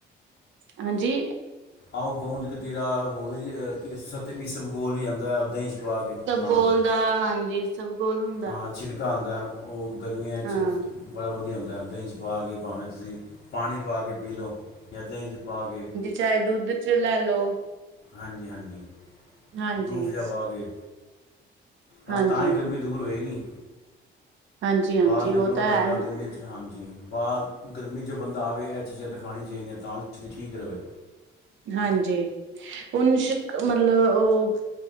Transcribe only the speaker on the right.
ਹਾਂਜੀ।
ਗੋਲ ਦਾ ਹਾਂਜੀ। ਈਸਬਗੋਲ ਹੂੰਦ
ਹਾਂ
ਚਾਏ ਦੁੱਧ ਚ ਲੈ ਲੋ।
ਹਾਂਜੀ
ਹਾਂਜੀ
ਹਾਂਜੀ-ਹਾਂਜੀ
ਉਹ ਤਾਂ
ਹੈ
ਹਾਂਜੀ ਹੂਨ ਸ਼ਕ ਮਤਲਬ ਓ